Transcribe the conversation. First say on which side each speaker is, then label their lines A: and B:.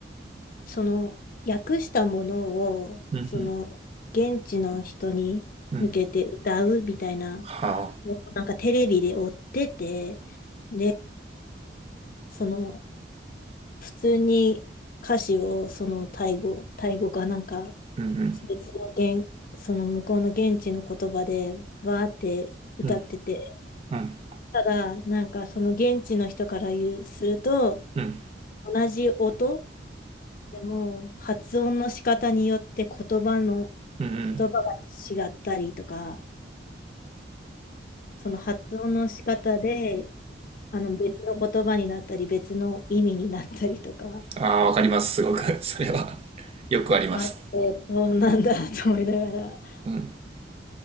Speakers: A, on the left; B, on the right.
A: その訳したものをその現地の人に向けて歌うみたいな
B: うん、うん、うん。はあ、
A: なんかテレビで追っててでその普通に歌詞をそのタイ語タイ語かなんか
B: うんうん、
A: 別の言その向こうの現地の言葉でわーって歌ってて
B: うん、うん、
A: ただ、なんかその現地の人から言う、すると、
B: うん、うん、
A: 同じ音でも発音の仕方によって言葉の、
B: うんうん。
A: 言葉が違ったりとか、その発音の仕方で、あの別の言葉になったり、別の意味になったりとか、
B: ああ、わかります、すごく。<laughs> それは <laughs>。よくあります。
A: あって、そうなんだ <laughs> と思いながら、
B: うん。